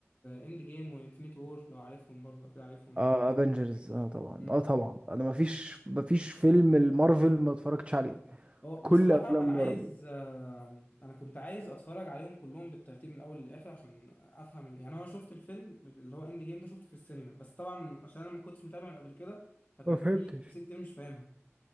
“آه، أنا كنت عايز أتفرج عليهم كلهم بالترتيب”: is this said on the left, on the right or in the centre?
Left